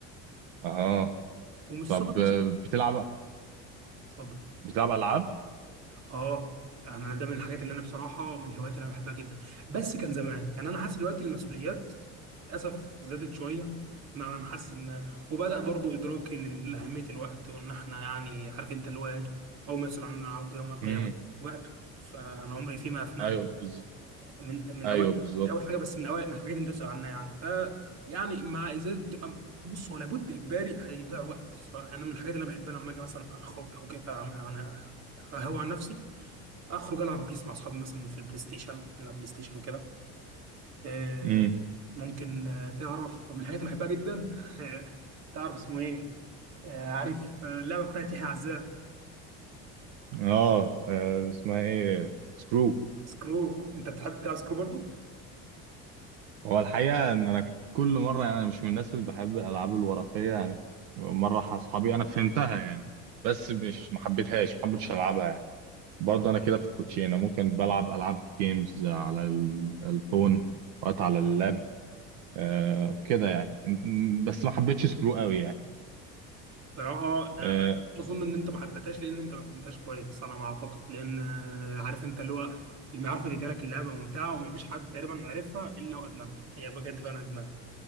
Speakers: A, on the right (about 85°); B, on the right (about 55°).
A: اها
B: ومش سفر
A: طب
B: بس
A: آه، بتلعب
B: اتفضل
A: بتلعب العاب
B: اه يعني انا ده من الحاجات اللي انا بصراحه من الهوايات اللي انا بحبها جدا بس كان زمان يعني انا حاسس دلوقتي المسؤوليات للاسف زادت شويه مع ان حاسس ان وبدا برضو ادراكي لاهميه الوقت وان احنا يعني عارف انت اللي هو ايه اول ما يسال عن العبد يوم القيامه
A: امم
B: وقته فانا عمري فيما افناه
A: ايوه بالظبط
B: من من
A: ايوه
B: اوائل مش
A: بالظبط
B: اول حاجه بس من اوائل من الحاجات اللي انت تسال عنها يعني ف يعني مع ازاله بص هو لابد اجباري هيضيع وقت سواء انا من الحاجات اللي انا بحبها لما اجي مثلا اخرج او كده يعني هو عن نفسي اخرج العب بيس مع اصحابي مثلا في البلاي ستيشن نلعب بلاي ستيشن وكده آه،
A: امم
B: ممكن آه، تعرف من الحاجات اللي بحبها جدا <laughs> تعرف اسمه ايه آه، عارف آه، اللعبه بتاعت يحيى عزام
A: اه آه، اسمها ايه سكرو
B: سكرو انت بتحب تلعب سكرو برضو
A: هو الحقيقه ان انا كل مره يعني انا مش من الناس اللي بحب الالعاب الورقيه يعني مره ح- اصحابي انا فهمتها يعني بس مش ما حبيتهاش ما حبيتش العبها يعني برضه انا كده في الكوتشينه ممكن بلعب العاب جيمز على ال- الفون، وقت على اللاب آه كده يعني م- بس ما حبيتش سكرو قوي يعني
B: صراحه آه،
A: آه
B: آه، اظن ان انت ما حبيتهاش لان انت ما فهمتهاش كويس على ما اعتقد لان آه، عارف انت اللي هو اللي ما يعرف يجي لك اللعبه ممتعه ومفيش حد تقريبا عارفها الا وادمنها هي بجد فعلا ادمان